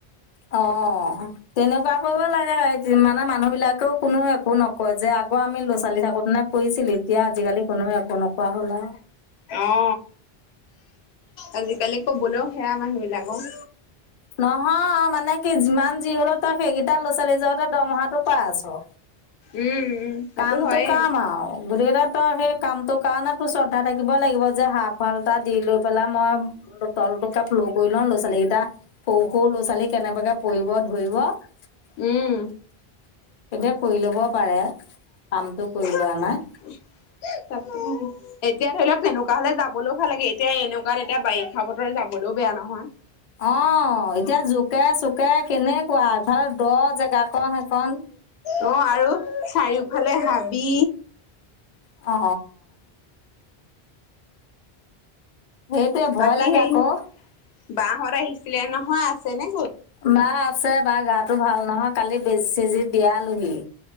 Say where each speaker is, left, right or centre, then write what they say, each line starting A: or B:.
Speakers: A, on the left; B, on the left.
A: অ', তেনেকুৱা কৰিব লাগে মানে মানুহ বিলাকেও কোনো একো নকয় যে আগ আমি ল'ৰা ছোৱালী থাকোতে নে কৰিছিলো এতিয়া আজিকালি কোনোবা একো নকোৱা হ'লা
B: অ আজিকালি কবলৈও সেয়া মানুহ বিলাকৰ
A: নহয় মানে কি যিমান যি হল তই সেইকেইটা তাৰ ল'ৰা ছোৱালীঁহতে দৰমহাটো পাই আছো
B: উম, উম। সেইটো
A: কামটো
B: হয়ে।
A: কাম আৰু গোটকেইটা তই সেই কাম তোৰ কাৰণে তোৰ শ্ৰদ্ধা থাকিব লাগিব যে হাঁফ হাল এটা দি লৈ পেলাই মই তল টো কাপ ল কৰি লওঁ ল'ৰা ছোৱালীকেইটা সৰু সৰু লৰা ছোৱালী কেনেবাকে পৰিব ধৰিব এতিয়া
B: উম।
A: কৰি লব পাৰে কামটো কৰি
B: তাক
A: লোৱা নাই।
B: এতিয়া ধৰি লওক সেনেকুৱা হলে যাবলৈও ভাল লাগে এতিয়া এনেকুৱাত এতিয়া বাৰিষা বতৰে যাবলৈও বেয়া নহয়
A: অ এতিয়া জোকে চোকে কেনেকুৱা ইফালে দ জেগাক সেইখন
B: অ আৰু চাৰিওফালে হাবি
A: অ সেইটোৱে ভয়
B: বাকী
A: লাগে
B: সেই
A: আকৌ।
B: বাঁহত আহিছিলে নহয় আছেনে
A: বা আছে বাাৰ গাটো ভাল নহয় কালি বেজি চেজী বিয়ালোহি